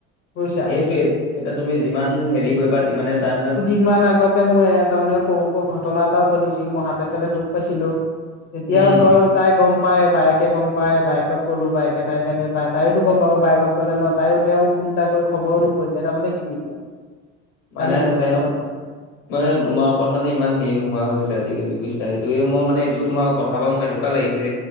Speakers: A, on the left (about 40°); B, on the left (about 80°).
A: বুজিছা
B: সেইটোৱেই এতিয়া তুমি যিমান হেৰি কৰিবা তিমানে তাই মানে
A: ইমান আগতে মই তাৰমানে সৰু ঘটনা এটাও ঘটিছিল মই হাতে চাতে দুখ পাইছিলো। এতিয়াও
B: উম
A: ধৰ তাই গম পায় বায়েকে গম পায় বায়েকক ক'লো বায়েকে তাইকে তাইওতো গম পাব বাইকক ক'লে নত তাইও তেওঁ ফোন এটা কৰি খবৰো নকৰিলে, তাৰমানে কি এতিয়া
B: মানে
A: জানি পেলাই
B: তেওঁ মানে তোমাৰ ওপৰত মানে ইমান হেৰি নোহোৱা গৈছে আজি কালি বুইছা। সেইটোৱে মই মানে এইটো তোমাক কথাপা মোৰ এনেকোৱা লাগিছে